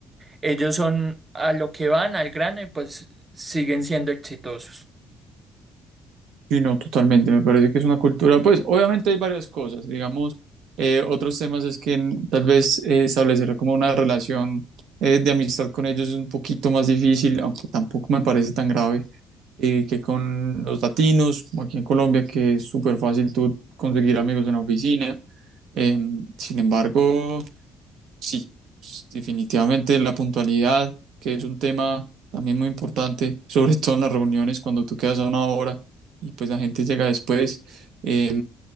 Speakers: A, on the right (about 30°); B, on the right (about 70°).
A: ellos son a lo que van, al grano, y pues siguen siendo exitosos.
B: Sí, no, totalmente. Me parece que es una cultura. Pues obviamente hay varias cosas. Digamos, eh, otros temas es que en- tal vez eh, establecer como una relación eh, de amistad con ellos es un poquito más difícil, aunque tampoco me parece tan grave eh, que con los latinos, como aquí en Colombia, que es súper fácil tú conseguir amigos en la oficina. Em, sin embargo, Sí, pues, definitivamente la puntualidad, que es un tema también muy importante, <laughs> sobre todo en las reuniones, cuando tú quedas a una hora y pues la gente llega después. eh,